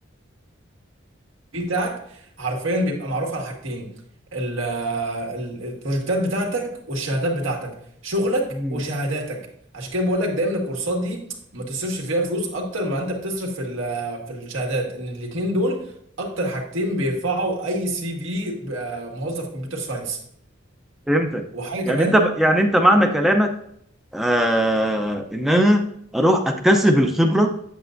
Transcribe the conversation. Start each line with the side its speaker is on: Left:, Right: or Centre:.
Right: في بتاعك حرفيا بيبقى معروف على حاجتين ال- ال- البروجكتات بتاعتك والشهادات بتاعتك شغلك
Centre: مم.
Right: وشهاداتك عشان كده بقول لك دايما الكورسات دي ما تصرفش فيها فلوس اكتر ما انت بتصرف في ال- في الشهادات ان الاتنين دول اكتر حاجتين بيرفعوا اي سي في موظف كمبيوتر ساينس
Centre: فهمتك
Right: وحاجه
Centre: يعني
Right: كمان
Centre: انت يعني انت معنى كلامك آه ان انا اروح اكتسب الخبره